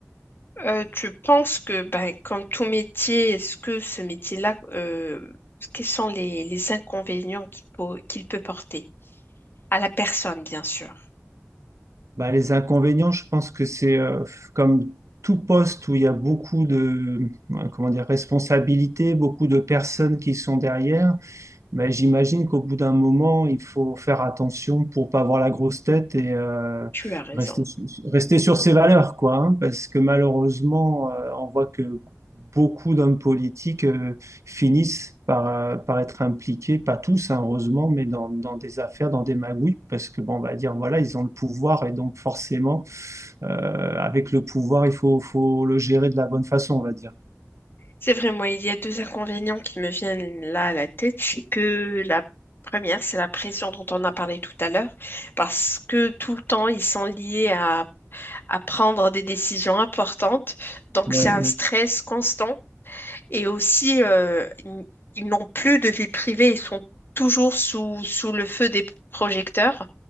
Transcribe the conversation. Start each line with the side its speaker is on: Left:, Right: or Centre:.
Left: Euh, tu penses que, ben, comme tout métier, est-ce que ce métier-là, euh, quels sont les, les inconvénients qu'il peut, qu'il peut porter à la personne, bien sûr?
Right: Bah, les inconvénients, je pense que c'est euh, comme tout poste où il y a beaucoup de, euh, comment dire, responsabilités, beaucoup de personnes qui sont derrière. Mais j'imagine qu'au bout d'un moment, il faut faire attention pour pas avoir la grosse tête et euh,
Left: Tu as raison.
Right: rester, su- rester sur ses valeurs, quoi. hein. parce que malheureusement, euh, on voit que beaucoup d'hommes politiques euh, finissent par, euh, par être impliqués, pas tous, hein, heureusement, mais dans, dans des affaires, dans des magouilles, parce que, bon, on va dire, voilà, ils ont le pouvoir et donc forcément, euh, avec le pouvoir, il faut, faut le gérer de la bonne façon, on va dire.
Left: C'est vrai, moi, il y a deux inconvénients qui me viennent là à la tête. C'est que la première, c'est la pression dont on a parlé tout à l'heure, parce que tout le temps, ils sont liés à, à prendre des décisions importantes. Donc,
Right: Ouais,
Left: c'est un stress constant Et aussi, euh, ils ils n'ont plus de vie privée, ils sont toujours sous, sous le feu des projecteurs